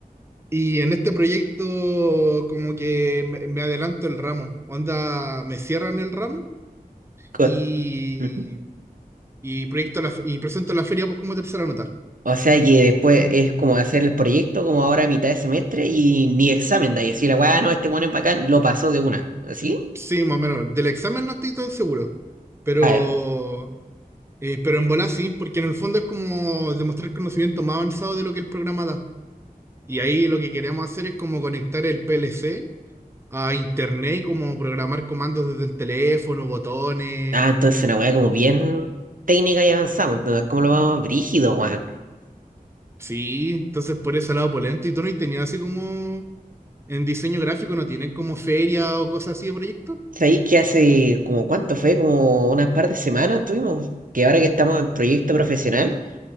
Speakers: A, on the right; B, on the right.
A: Y en este proyecto como que me, me adelanto el ramo. Onda, me cierran el ramo
B: Co-
A: y,
B: Ujú.
A: y, proyecto la, fe- y presento la feria pues como tercera nota.
B: O sea que después es como hacer el proyecto como ahora a mitad de semestre y ni examen da y así la weá, no, este weón es bacán, lo pasó de una. ¿Así?
A: Sí, más o menos. Del examen no estoy tan seguro, pero,
B: Ah,
A: eh, pero en bola sí, porque en el fondo es como demostrar conocimiento más avanzado de lo que el programa da. Y ahí lo que queremos hacer es como conectar el PLC a internet y como programar comandos desde el teléfono, botones.
B: ah, entonces una weá como bien técnica y avanzamos, entonces cómo lo vamos brígido, weón.
A: Sí, entonces por ese lado polento. ¿Y tú no has tenido así como en diseño gráfico, no tienen como feria o cosas así de proyectos?
B: ¿Sabéis que hace como cuánto fue? Como unas par de semanas tuvimos, que ahora que estamos en proyecto profesional.